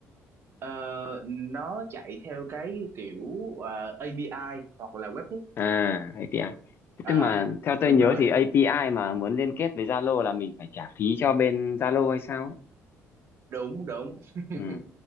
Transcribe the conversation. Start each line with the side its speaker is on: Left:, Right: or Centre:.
Right: Ờ, nó chạy theo cái kiểu ờ, API hoặc là webhook
Left: à API Thế
Right: à
Left: tức mà theo tôi
Right: đúng
Left: nhớ
Right: rồi
Left: thì API mà muốn liên kết với Zalo là mình phải trả phí cho bên Zalo hay sao ấy
Right: đúng đúng <laughs>
Left: ừ.